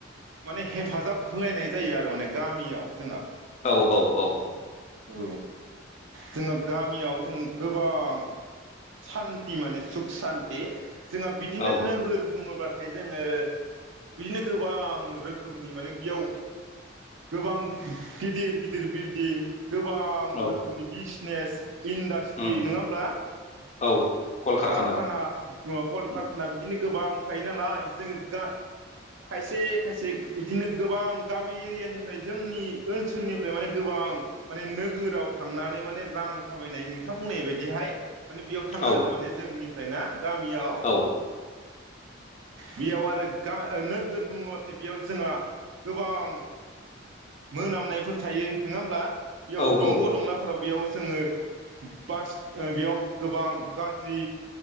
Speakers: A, on the right; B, on the left.
A: माने हेफाजाब होलायनाय जायो आरो मान गामियाव जोंहा।
B: औ औ औ
A: औ जोंङो गामियाव जों गोबां सान टि माने सुख सानटि जोंहा बिदिनो
B: औ
A: नोगोर बुंङोबा नाथाय जोंङो बिदिनो गोबां रोखोमनि माने बेयाव गोबां गिदिर गिदिर बिल्डिं गोबां
B: औ
A: रोखोमनि बिस नेस इन्डास्ट्रि
B: उम
A: नोंङा होमब्ला?
B: औ कलकारखाना
A: कारखाना अ कलकारखाना
B: उम
A: बिदि गोबां थायो नालाय जोंङो खायसे खायसे बिदिनो गोबां गामि एरियानिफ्राय जोंनि ओनसोलनिफ्राय माने गोबां माने नोगोराव थांनानै माने रां खामायनाय नोंथां बुंनाय बायदिहाय माने बेयाव थांङो
B: औ
A: आरो माने निफ्राय ना गामियाव
B: औ
A: बेयाव आरो गा नोगोर बुंङोबाथाय बेयाव जोंहा गोबां मोनामनायफोर थायो नंङा होमब्ला बेयाव
B: औ
A: दंग'
B: औ
A: दंलाफोराव बेयाव जोंङो बास बेयाव गोबां गा जि